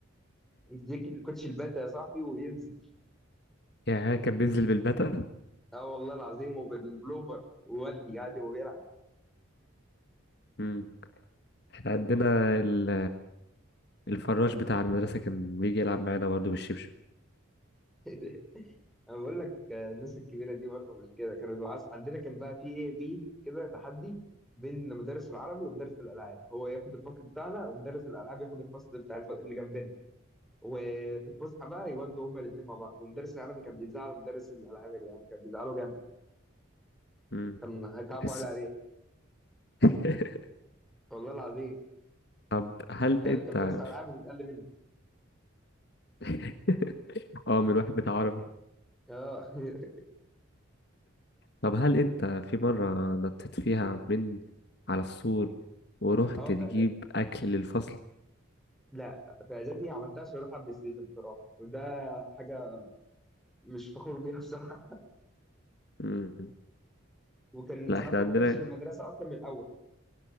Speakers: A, in the centre; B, on the left.
A: يديك الكوتش الباتا يا صاحبي وينزل
B: يعني كان بينزل بالبتة
A: اه والله العظيم وبالبلوفر وودي عادي وبيلعب
B: امم احنا عندنا ال... الفراش بتاع المدرسة كان بيجي يلعب معانا برضه بالشبشب
A: <laughs> انا بقول لك آه، الناس الكبيره دي برضه مش كده كانوا بيبقوا عايز- عندنا كان بقى في ايه بيف كده تحدي بين مدرس العربي ومدرس الالعاب هو ياخد الفصل بتاعنا ومدرس الالعاب ياخد الفصل بتاع الف... اللي جنبنا وفي الفسحه بقى يودوا هما الاثنين مع بعض ومدرس العربي كان بيزعل مدرس الالعاب يا جدعان كان بيزعله جامد
B: امم
A: كان كعبه
B: تحس
A: على عليه
B: <laughs>
A: والله العظيم
B: طب هل
A: تخيل
B: انت
A: انت مدرس العاب وبيتقل منك
B: <laughs> اه من واحد بتاع عربي
A: اه <laughs>
B: طب هل انت في مرة نطيت فيها من على السور ورحت
A: اه
B: تجيب
A: في اعدادي
B: اكل للفصل؟
A: لا في اعدادي عملتها عشان اروح على البلاي ستيشن بصراحه وده حاجه مش فخور بيها بصراحه
B: مم.
A: وكان
B: لا
A: ساعات
B: احنا
A: ما
B: عندنا
A: باخدش المدرسه اصلا من الاول